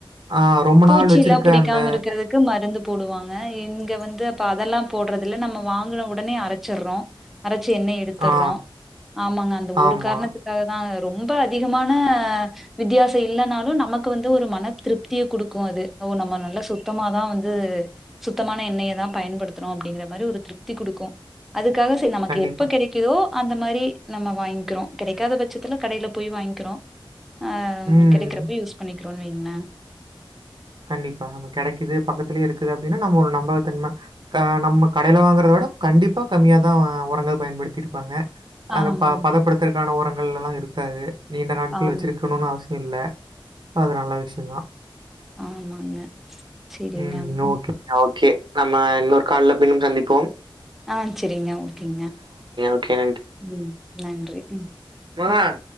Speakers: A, on the right; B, in the centre.
A: ஆ ரொம்ப
B: பூச்சி
A: நாள் வச்சிருக்க
B: எல்லா புடிக்காம
A: அந்த
B: இருக்கிறது க்கு மருந்து போடுவாங்க இங்க வந்து அப்ப அதெல்லா போடுறதுல நம்ம வாங்குன உடனே அரைச்சுடுறோ அரைச்சு என்ன எடுத்துறோ
A: ஆ
B: ஆமாங்க அந்த ஒரு
A: ஆமா.
B: காரணத்துக்கு காக தா ரொம்ப அதிகமான வித்தியாச இல்லனாலு நமக்கு வந்து ஒரு மன திருப்திய குடுக்கு இருக்கு அது ஒ நம்ம நல்லா சுத்தமாதா வந்து சுத்தமான எண்ணெயை தா பயன்படுத்தணு அப்டிங்கிற மாதிரி ஒரு திருப்தி குடுக்கு அதுக்காக சரி நமக்கு
A: கண்டிப்பா.
B: எப்ப கெடைக் குதோ அந்த மாரி நம்ம வாங்கிக்கிறோ கெடைக்காத பட்சத்துல கடையில போய் வாங்கிக்கிறோ ஆம்
A: ம்.
B: கெடைக்கிறப்ப யூஸ் பண்ணிக்கிறோனு வைங்களா
A: கண்டிப்பா நம்ம கெடைக்குது பக்கத்துலேயே இருக்குது அப்டின்னா நம்ம ஒரு நம்பகத்தன்ம கா நம்ம கடையில வாங்குறத விட கண்டிப்பா கம்மியாதா உரங்கள் பயன்படுத்தி இருப்பாங்க அந்த
B: ஆமாங்க
A: ப பதப்படுத்துற்கான உரங்கள் எல்லா இருக்காது நீண்ட நாட்கள்
B: ஆமா
A: வச்சிருக்க இருக்கணுனு அவசிய இல்ல அது நல்ல விஷயந்தா
B: ஆமாங்க சரிங்க
A: ம்
B: அப்புறம்
A: ஓகே ஓகே நம்ம இன்னொரு காள்ல பின்னு சந்திப்போ
B: ஆ சரிங்க ஓகேங்க
A: ஓகே.
B: ம் நன்றி ம்
A: மகான்